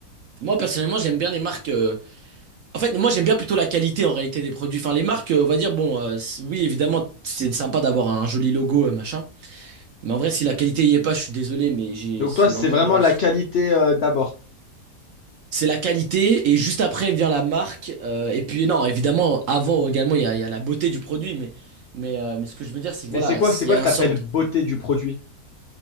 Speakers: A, on the right (about 65°); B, on the left (about 65°).
A: moi personnellement, j'aime bien les marques. euh, En fait, moi, j'aime bien plutôt la qualité en réalité des produits. Enfin, les marques, euh, on va dire, bon, euh, c- oui, évidemment, c'est sympa d'avoir un joli logo, euh, machin. Mais en vrai, si la qualité y est pas, je suis désolé, mais j'ai,
B: Donc
A: c'est
B: toi, c'est
A: vraiment.
B: vraiment la qualité euh, d'abord.
A: C'est la qualité, et juste après vient la marque. euh, et puis, non, évidemment, avant également, il y a, il y a la beauté du produit. Mais, mais, euh, mais ce que je veux dire, c'est que
B: Mais
A: voilà,
B: c'est quoi, c'est quoi
A: il y a
B: que
A: un
B: tu appelles
A: sort de-
B: beauté du produit?